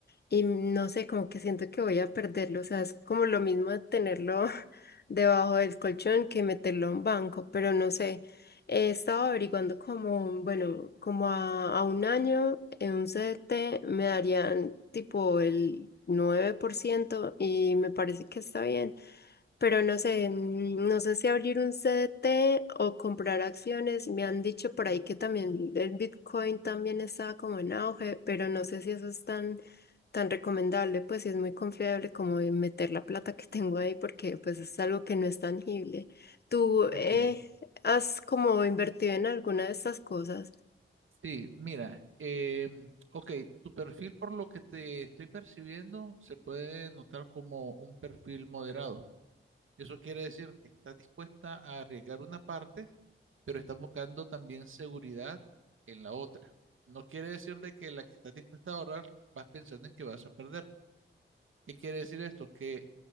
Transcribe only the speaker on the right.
Ok.
Sí, mira, eh, ok, tu perfil por lo que te estoy percibiendo se puede notar como un perfil moderado. Eso quiere decir que estás dispuesta a arriesgar una parte, pero estás buscando también seguridad en la otra. No quiere decir de que la que estás dispuesta a ahorrar vas pensando en que vas a perder. ¿Qué quiere decir esto? Que